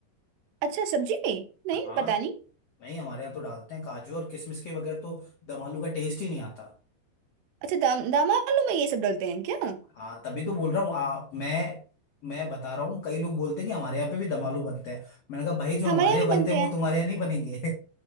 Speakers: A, on the right; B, on the left.
A: अच्छा सब्जी में नहीं
B: हाँ
A: पता नहीं
B: नहीं हमारे यहाँ तो डालते हैं काजू और किशमिश के बगैर तो दम आलू का टेस्ट ही नहीं आता
A: अच्छा दम दम आलू में ये सब डलते हैं क्या
B: हाँ तभी तो बोल रहा हूँ आ, मैं मैं बता रहा हूँ कई लोग बोलते हैं कि हमारे यहाँ पे भी दम आलू बनते हैं मैंने कहा भाई जो
A: हमारे
B: हमारे
A: यहाँ
B: यहाँ
A: भी
B: बनते
A: बनते
B: हैं वो
A: हैं
B: तुम्हारे यहाँ नहीं बनेंगे